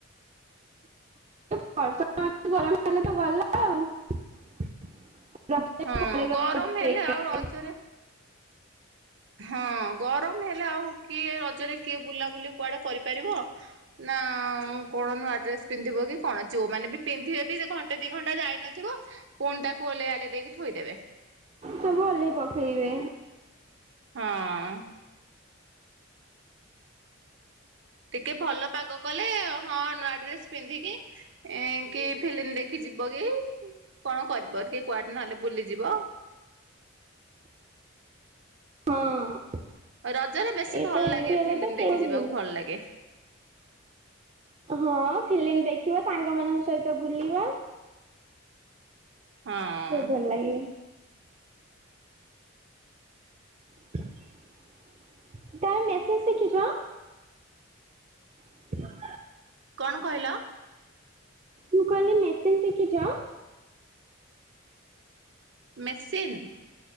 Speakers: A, on the right; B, on the right.
A: <inaudible> ବି
B: ହଁ
A: ପଳେଇବ
B: ଗରମ
A: ବେକାର
B: ହେଲେ ଆଉ ରଜରେ ହଁ ଗରମ ହେଲେ ଆଉ କିଏ ରଜରେ କିଏ ବୁଲାବୁଲି କୁଆଡେ କରିପାରିବ? ନା କଣ ନୁଆ ଡ୍ରେସ ପିନ୍ଧିବ କି? କଣ ଯୋଉ ମାନେ ବି ପିନ୍ଧିବେ ବି ସେ ଘଣ୍ଟେ ଦି ଘଣ୍ଟା ଯାଇନଥିବ ପୁଣି ତାକୁ ଓଲ୍ହେଇଆଲ୍ହେଇ ଦେଇକି ଥୋଇଦେବେ।
A: ସବୁ ଓଲ୍ହେଇ ପକେଇବେ।
B: ହଁ ଟିକେ ଭଲ ପାଗ କଲେ ହଁ ନୂଆ ଡ୍ରେସ୍ ପିନ୍ଧିକି ଏଁ କି ଫିଲିମ୍ ଦେଖିଯିବ କି କଣ କରିବ ଟିକେ କୁଆଡେ ନହେଲେ ବୁଲିଯିବ।
A: ହଁ
B: ରଜରେ ବେଶୀ
A: ଏ
B: ଭଲ
A: ତ ଏମିତି
B: ଲାଗେ
A: ହେଲେ
B: ଫିଲିମ୍
A: ତ କେଉଁଠି
B: ଦେଖି ଯିବାକୁ
A: ଦିନ
B: ଭଲ ଲାଗେ।
A: ହଁ ଫିଲିମ୍ ଦେଖିବା ସାଙ୍ଗ ମାନଙ୍କ ସହିତ ବୁଲିବା।
B: ହଁ
A: ଖୁବ୍ ଭଲ ଲାଗେ। <inaudible> ତମେ ମେସେଜ ଶିଖିଛ? <inaudible>
B: କଣ କହିଲ?
A: ମୁଁ କହିଲି ମେସିନ୍ ଶିଖିଚ।
B: ମେସିନ୍।